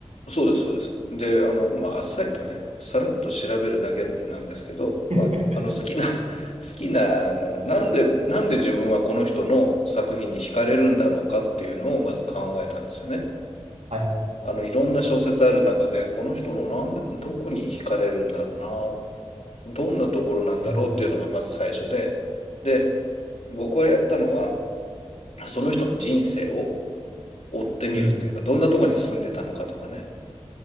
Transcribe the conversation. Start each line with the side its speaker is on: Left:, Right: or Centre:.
Left: そうです、そうです。で、あの、まあ、あっさりとね、さらっと調べるだけなんですけど、まあ、
Right: <laughs>
Left: あの、好きな、<laughs> 好きな、あの、なんで、なんで自分はこの人の作品に惹かれるんだろうかっていうのをまず考えたんですよね。
Right: はいはい。
Left: あの、いろんな小説ある中で、この人のなんで、どこに惹かれるんだろうな、どんなところなんだろうっていうのがまず最初で、
Right: うん。
Left: で、僕はやったのは、その人の人生を追ってみるっていうか、
Right: うん。
Left: どんなところに住んでたのかとかね。